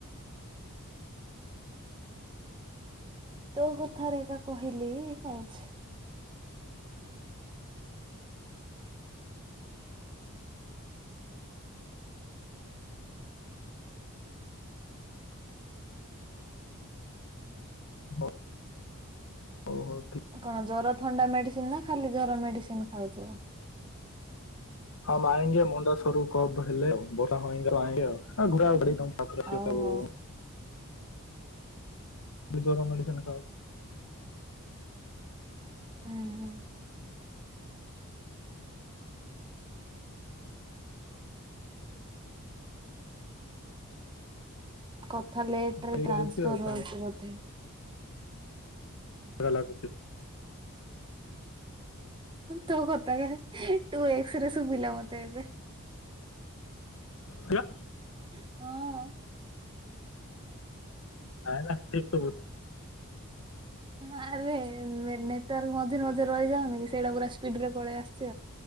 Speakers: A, on the right; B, on the left.
A: ତୋ କଥାରେ କା କହିଲି କଉଛି।
B: ବ୍ ହ ହୋ ଠିକ୍।
A: କଣ ଜର ଥଣ୍ଡା ମେଡିସିନ୍ ନା, ଖାଲି ଜର ମେଡିସିନ୍ ଖାଉଛ?
B: ହଁମ୍ ଆଏଙ୍ଗେ ମୁଣ୍ଡ ସରରୁ କ ଵହେଲେ <unintelligible>
A: ହଉ
B: ସ
A: ହଉ
B: <unintelligible> ବି ଜର ମେଡିସିନ ଖାଉଛି।
A: ହୁଁ ହୁଁ। କଥା ଲେଟରେ
B: ହେଇଯାଇଛି
A: ଟ୍ରାନ୍ସଫର
B: ଆଉ କାଇଁ
A: ହଉଛି ବୋଧେ
B: ଏରା ଲାଗୁଚି।
A: ତୋ କଥା କାଇଁ ଟୁ ଏକ୍ସରେ ଶୁଭିଲା ମତେ ଏବେ
B: ହାଲୋ।
A: ହଁ।
B: ନାଇଁ ନା ଠିକ୍ ସବୁ।
A: ହଁ ଆରେ ମେନେଟର ମଝିରେ ମଝିରେ ରହିଯାଉନ କି ସେଇଟା ପୁରା ସ୍ପିଡ ରେ ପଳେଇ ଆସ